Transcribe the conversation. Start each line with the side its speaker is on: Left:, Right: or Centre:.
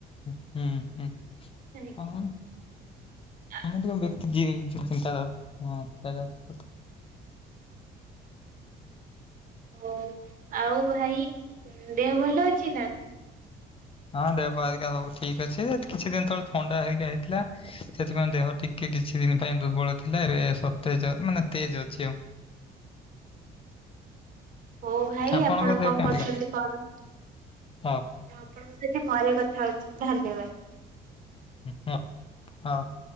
Left: ହୁଁ ହୁଁ।
Right: <unintelligible>
Left: ହଁ
Right: <unintelligible>
Left: <unintelligible>
Right: ଓ ଆଉ ଭାଇ ଦେହ ଭଲ ଅଛି ନା?
Left: ହଁ ଦେହପା ହେରିକା ସବୁ ଠିକ ଅଛି, କିଛି ଦିନ ତଳେ ଥଣ୍ଡା ହେକା ହେଇଥିଲା ସେଥିପାଇଁ ଦେହ ଟିକେ କିଛି ଦିନ ପାଇଁ ଦୁର୍ବଳ ଥିଲା, ଏବେ ସତେଜ ମାନେ ତେଜ୍ ଅଛି ଆଉ।
Right: ହଉ ଭାଇ
Left: ଆପଣଙ୍କ
Right: ଆପଣ
Left: ଦେହ
Right: କଣ
Left: କେମିତି
Right: କରୁଛନ୍ତି? କଣ
Left: ହଁ
Right: ଆପଣ ଙ୍କ ସହିତ ପରେ କଥା ହଉଛି, ଧନ୍ୟବାଦ।
Left: ହୁଁ ହଁ ହଁ ‌।